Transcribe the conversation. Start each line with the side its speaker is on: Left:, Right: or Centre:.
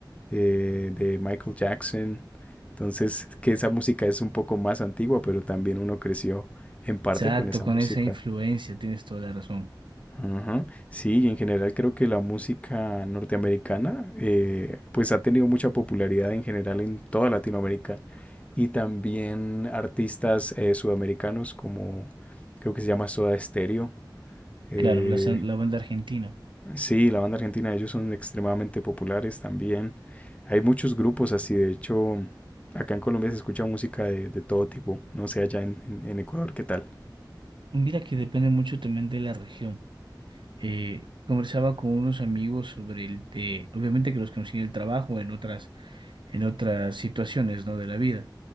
Left: eh, de Michael Jackson. Entonces, que esa música es un poco más antigua, pero también uno creció en parte
Right: Exacto,
Left: con esa
Right: con
Left: música.
Right: esa influencia tienes toda la razón.
Left: Ajá. Sí, y en general creo que la música norteamericana eh, pues ha tenido mucha popularidad en general en toda Latinoamérica y también artistas eh, sudamericanos como creo que se llama Soda Stereo, eh,
Right: Claro, la, san- la banda argentina.
Left: Sí, la banda argentina, ellos son extremadamente populares también. Hay muchos grupos así, de hecho, acá en Colombia se escucha música de, de todo tipo, no sé allá en, en- en Ecuador qué tal.
Right: Mira que depende mucho también de la región. Eh, conversaba con unos amigos sobre el, eh, obviamente que los conocí en el trabajo, en otras en otras situaciones, ¿no? de la vida.